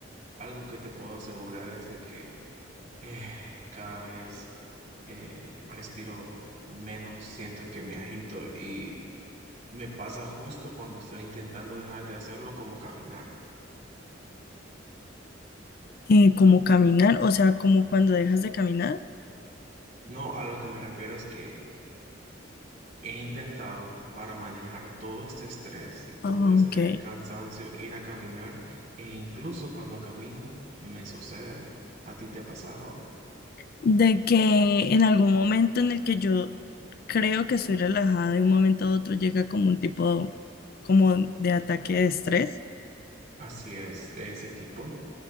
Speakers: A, on the right; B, on the left.
A: algo que te puedo asegurar es de que eh, cada vez eh, respiro menos, siento que me agito y me pasa justo cuando estoy intentando dejar de hacerlo como caminar.
B: Eh, como caminar, o sea, como cuando dejas de caminar.
A: No, a lo que me refiero es que he intentado para manejar todo este estrés y todo
B: Ah,
A: este
B: ok.
A: cansancio ir a caminar e incluso cuando camino me sucede. ¿A ti te ha pasado?
B: De que en algún momento en el que yo creo que estoy relajada, de un momento a otro llega como un tipo como de ataque de estrés.
A: Así es, de ese tipo.